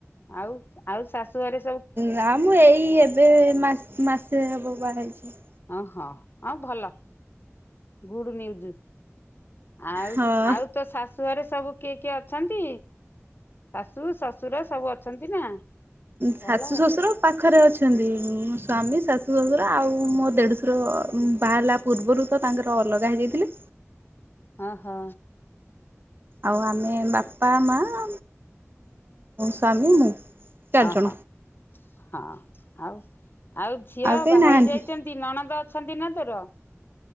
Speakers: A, on the left; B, on the right.
A: ଆଉ ଆଉ ଶାଶୁଘରେ
B: ନାଁ ମୁଁ ଏଇ ଏବେ ମା ମାସେ ହବ ବାହା ହେଇଚି।
A: ଓହୋ ହଁ ଭଲ ଗୁଡ଼ ନ୍ୟୁଜ୍। ଆଉ
B: ହଁ
A: ଆଉ ତୋ ଶାଶୁ ଘରେ ସବୁ କିଏ କିଏ ଅଛନ୍ତି? ଶାଶୁ ଶଶୁର ସବୁ ଅଛନ୍ତି ନା
B: ଶାଶୁ
A: ଭଲ।
B: ଶ୍ୱଶୁର ପାଖରେ ଅଛନ୍ତି ମୋ ସ୍ୱାମୀ ଶାଶୁ ଶଶୁର ଆଉ ମୋ ଦେଢ଼ଶୁର ବାହାହେଲା ପୂର୍ବରୁ ତ ତାଙ୍କର ଅଲଗା ହେଇ ଯାଇଥିଲେ।
A: ଓହୋ
B: ଆଉ ଆମେ ବାପା ମା ମୁଁ ସ୍ୱାମୀ ମୁଁ। ଚାରିଜଣ।
A: ଓହୋ ହଁ ଆଉ ଆଉ ଝିଅ
B: କେହି
A: ବାହା
B: ନାହାନ୍ତି।
A: ହେଇ ଯାଇଚ ନ୍ତି ନଣନ୍ଦ ଅଛନ୍ତି ନା ତୋର।